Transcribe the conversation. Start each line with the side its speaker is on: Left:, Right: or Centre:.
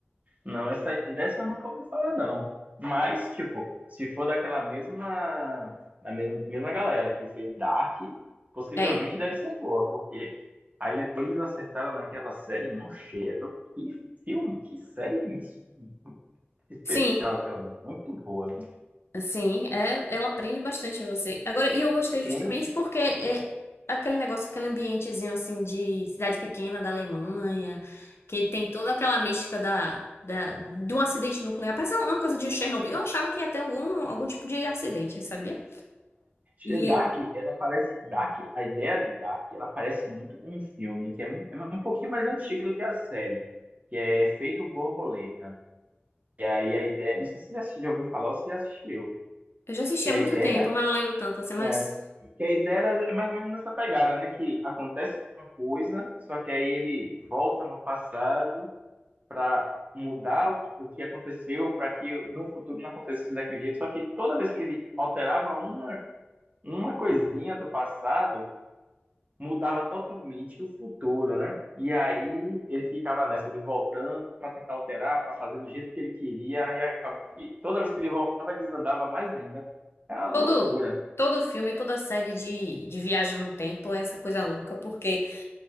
Right: não, essa, dessa eu nunca ouvi falar, não. Mas, tipo, se for daquela mesma, da mesma, mesma galera que fez Dark, possivelmente
Left: É.
Right: deve ser boa, porque aí eles eles acertaram naquela série em mão cheia, viu? Que filme, que série isso- especial
Left: Sim,
Right: aquela ali, muito boa, viu?
Left: Sim, é, ela aprende bastante você. Agora, e eu gostei
Right: Prende.
Left: justamente porque é aquele negócio, aquele ambientezinho assim de cidade pequena da Alemanha, que tem toda aquela mística da, da, do acidente nuclear. Parece uma coisa de um Chernobyl. Eu achava que ia ter algum, algum tipo de acidente, sabia?
Right: É,
Left: E
Right: Dark,
Left: é,
Right: ela parece. Dark, a ideia de Dark, ela parece muito com um filme que é, mu- é um pouquinho mais antigo do que a série, que é Efeito Borboleta. Aí a ideia. Não sei se você já assisti- já ouviu falar ou se já assistiu.
Left: eu já assisti
Right: Que
Left: há
Right: a
Left: muito
Right: ideia.
Left: tempo, mas não lembro tanto assim, mas
Right: É, que a ideia era- é mais ou menos nessa pegada, né? Que acontece uma coisa, só que aí ele volta no passado para mudar o, que- o que aconteceu para que no futuro não acontecesse daquele jeito. Só que toda vez que ele alterava uma, uma coisinha do passado mudava totalmente o futuro, né? E aí ele ficava nessa de voltando para tentar alterar, para fazer do jeito que ele queria e acabou que toda vez que ele voltava desandava mais ainda. É uma loucura.
Left: todo, todo filme, toda série de, de viagem no tempo é essa coisa louca, porque